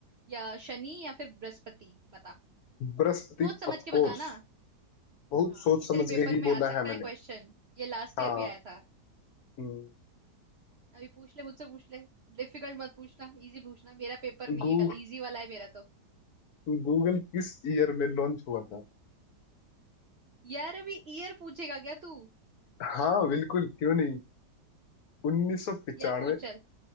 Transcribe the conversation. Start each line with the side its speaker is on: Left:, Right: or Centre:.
Right: या शनि या फिर बृहस्पति बता
Left: बृहस्पति
Right: सोच समझ
Left: ऑफ
Right: के
Left: कोर्स
Right: बता ना
Left: बहुत
Right: हाँ
Left: सोच
Right: ये
Left: समझ
Right: तेरे पेपर
Left: के ही
Right: में
Left: बोला
Right: आ सकता
Left: है मैंने
Right: है क्वेश्चन ये लास्ट
Left: हाँ
Right: ईयर भी आया था
Left: हम्म,
Right: अभी पूछ ले मुझसे पूछ ले डिफिकल्ट मत पूछना इजी पूछना मेरा पेपर नहीं
Left: गू
Right: है कल इजी वाला है मेरा तो
Left: गूगल किस ईयर में लॉन्च हुआ था
Right: यार अभी ईयर पूछेगा क्या तू
Left: हाँ बिल्कुल क्यों नहीं उन्नीस सौ पिचानवे
Right: यार पूछ चल